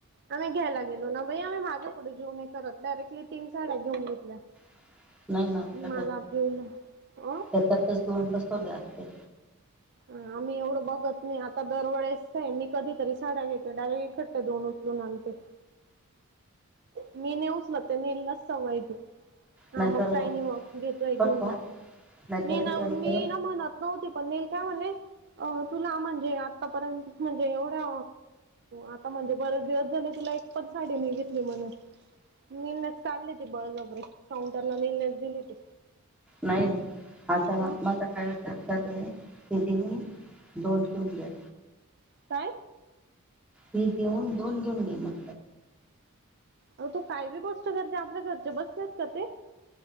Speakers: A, on the right; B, in the centre.
A: आम्ही घ्यायला गेलो ना बाई, आम्ही मागे पुढे जीव नाही करत. डायरेटली तीन साड्या घेऊन घेतल्या.
B: <inaudible> नाही ना, <inaudible>
A: मला पिवलं अ
B: त्याच्यातच दोन बसवल्या असत्या.
A: ह आम्ही एवढं बघत नाही. आता दरवेेळेस आहे, मी कधीतरी साड्या घेते डायरेक्ट त्या दोन उचलून आणतो. मी नाही उचलत, ते नीललाच सवये ती. हा
B: नाहीतर
A: मग काही नाही मग घेतोय घेऊन.
B: करतो नाहीतर
A: मी ना,
B: रिटर्न
A: मी
B: कर
A: ना म्हणत नव्हती, पण नी काय म्हणे अ तुला म्हणजे आतापर्यंत म्हणजे, एवढ्या आता म्हणजे, बरेच दिवस झाले तुला एक पण साडी नाही घेतली म्हणे. नीलनेच काढली ती बळजबरीे, काउंटरला निलनेच दिली ती.
B: नाही. आता
A: हम्म
B: माझ काय विचार चालवले, ते देउन दोन <unintelligible>
A: काय?
B: ही देऊन दोन घेऊन घे मग.
A: आव तु काय बी गोष्ट करते. आपल्या घरचे बसलेत का ते?